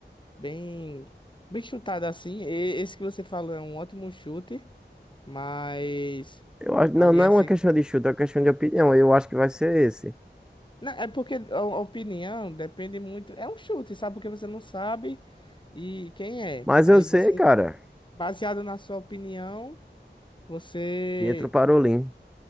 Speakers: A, on the left; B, in the centre.
A: bem, bem chutado assim, e- esse que você falou é um ótimo chute, mas...
B: Eu acho, não,
A: Alguém
B: não é
A: assim
B: uma questão de chute, é uma questão de opinião. Eu acho que vai ser esse.
A: Não, é porque a a opinião depende muito. É um chute, sabe? Porque você não sabe e quem é.
B: Mas
A: Aí
B: eu sei,
A: você,
B: cara.
A: baseado na sua opinião, você
B: Pietro Parolin.